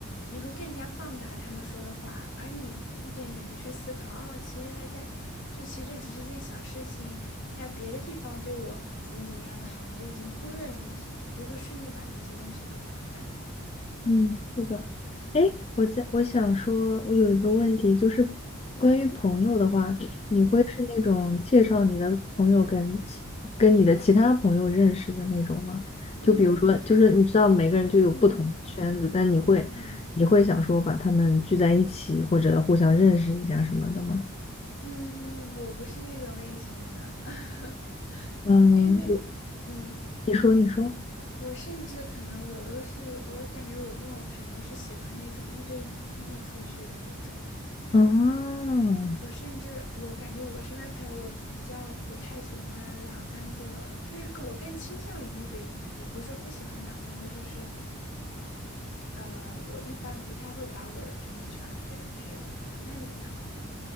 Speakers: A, on the left; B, on the left.
A: 你会更加放大他们说的话，而你一点也不去思考，哦，其实他在，就其实这只是一件小事情，在别的地方对我怎么怎么样的好，你就已经忽略了那些了，你就会瞬间把那些东西给放大。
B: 嗯，是的。哎，我在我想说，我有一个问题，就是关于朋友的话，你会是那种介绍你的朋友跟其跟你的其他朋友认识的那种吗？
A: 嗯嗯
B: 就比如说，就是你知道每个人就有不同的圈子，
A: 嗯
B: 但你会你会想说把他们聚在一起，
A: 嗯
B: 或者互相认识一下什么的吗？
A: 嗯，我不是那种类型的，<laughs>
B: 嗯，
A: 因为，
B: 我
A: 嗯。
B: 你说你说。
A: 我甚至可能我都是，我感觉我跟我朋友是喜欢那种一对一出去的那种。
B: 哦，
A: 我甚至我感觉我身边朋友，我比较不太喜欢两三个，就是我更倾向于一对一，也不是说不喜欢两三个，就是，呃，我一般不太会把我的朋友介绍给别的朋友那种。那你呢？